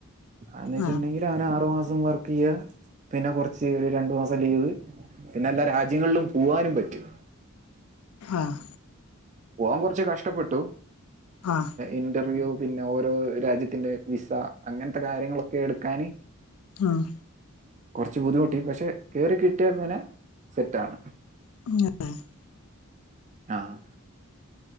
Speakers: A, on the right; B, on the left.
A: അന്ന് വെച്ചിട്ടുണ്ടെങ്കിൽ
B: ആഹ്
A: അവന് ആറു മാസം വർക്ക് ചെയ്യ പിന്നെ കൊറച്ച് ഒരു രണ്ടു മാസം ലീവ് പിന്നെ എല്ലാ രാജ്യങ്ങളിലും പോവാനും പറ്റും
B: ആഹ്
A: പോവാൻ കുറച്ച് കഷ്ടപ്പെട്ടു
B: ആഹ്
A: ഇന്റർവ്യൂ പിന്നെ ഓരോ രാജ്യത്തിന്റെ വിസ അങ്ങനത്തെ കാര്യങ്ങളൊക്കെ എടുക്കാന്
B: ആഹ്
A: കൊർച്ച് ബുദ്ധിമുട്ടി പക്ഷെ കേറി കിട്ടിയ പിന്നെ സെറ്റാണ്.
B: <inaudible>
A: ആഹ്